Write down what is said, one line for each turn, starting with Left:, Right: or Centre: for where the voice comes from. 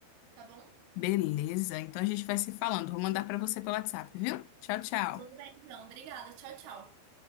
Right: tá bom?
Left: Beleza? Então a gente vai se falando. Vou mandar pra você pelo WhatsApp, viu? Tchau, tchau.
Right: Tudo bem, então. Obrigada. Tchau, tchau.